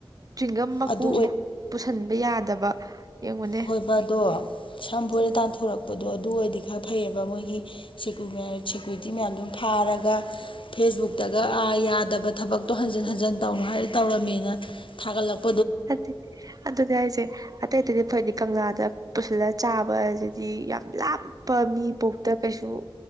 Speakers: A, on the right; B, on the left.
A: ꯆꯤꯡꯒꯝ ꯃꯀꯣꯡꯝꯕ
B: ꯑꯗꯨ
A: ꯄꯨꯁꯤꯟꯕ ꯌꯥꯗꯕ ꯌꯦꯡꯉꯨꯅꯦ
B: ꯍꯣꯏꯕꯗꯣ ꯁꯝꯐꯣꯏꯔ
A: ꯎꯝ
B: ꯇꯥꯟꯊꯣꯔꯛꯄꯗꯣ ꯑꯗꯨ ꯑꯣꯏꯔꯗꯤ ꯈꯔ ꯐꯩꯑꯕ ꯃꯣꯏꯒꯤ ꯁꯦꯀꯌꯨꯔꯤꯇꯤ ꯃꯌꯥꯝꯗꯨꯝ ꯐꯥꯔꯒ ꯐꯦꯁꯕꯨꯛꯇꯒ ꯌꯥꯗꯕ ꯊꯕꯛꯇꯣ ꯍꯟ ꯍꯟꯖꯤꯟ ꯍꯟꯖꯤꯟ ꯇꯧꯅꯨ ꯍꯥꯏꯔ ꯇꯧꯔꯝꯃꯦꯅ ꯊꯥꯒꯠꯂꯛꯄ
A: ꯐꯠꯇꯦ ꯑꯗꯨꯅꯦ ꯑꯩꯁꯦ ꯑꯇꯩ ꯑꯇꯩꯗꯤ ꯐꯔꯗꯤ ꯀꯪꯂꯥꯗ ꯄꯨꯁꯤꯜꯂꯒ ꯆꯥꯕꯁꯤꯗꯤ ꯌꯥꯝ ꯂꯥꯞꯄ ꯃꯤ ꯄꯣꯛꯇ ꯀꯩꯁꯨ